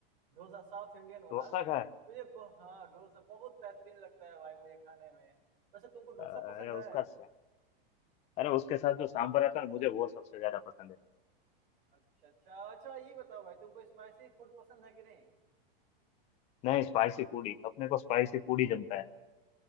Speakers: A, on the right; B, on the left.
A: डोसा साउथ इंडियन वाला
B: डोसा खाया
A: मुझे बहु, हाँ डोसा बहुत बेहतरीन लगता है भाई मुझे खाने में वैसे तुमको
B: अरे
A: डोसा पसंद है
B: उसका सा- अरे उसके साथ जो सांभर आता है ना, मुझे वो सबसे ज्यादा पसंद है
A: अच्छा अच्छा अच्छा ये बताओ भाई तुमको स्पाइसी फूड पसंद है कि नहीं
B: नहीं स्पाइसी फूड ही अपने को स्पाइसी फूड ही जमता है